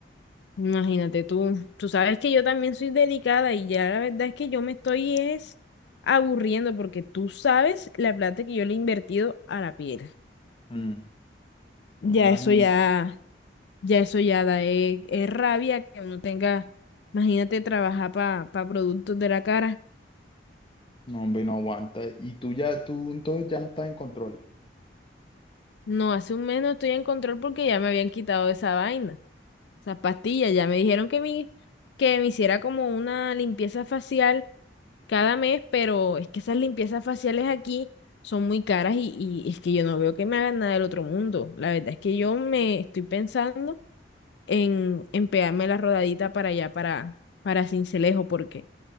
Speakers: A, on the left (about 65°); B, on the left (about 25°).
A: Imagínate tú, tú sabes que yo también soy delicada y ya la verdad es que yo me estoy es aburriendo porque tú sabes la plata que yo le he invertido a la piel.
B: Mm,
A: Ya
B: yo me imagino.
A: eso ya, ya eso ya da eh, es, rabia que uno tenga, imagínate trabajar para productos de la cara.
B: No, hombre, no aguanta. Y tú ya, tú entonces ya no estás en control.
A: No, hace un mes no estoy en control porque ya me habían quitado esa vaina. Esas pastillas, ya me dijeron que, mi, que me hiciera como una limpieza facial cada mes, pero es que esas limpiezas faciales aquí son muy caras y, y es que yo no veo que me hagan nada del otro mundo. La verdad es que yo me estoy pensando en, en pegarme la rodadita para allá, para, para Cincelejo, porque,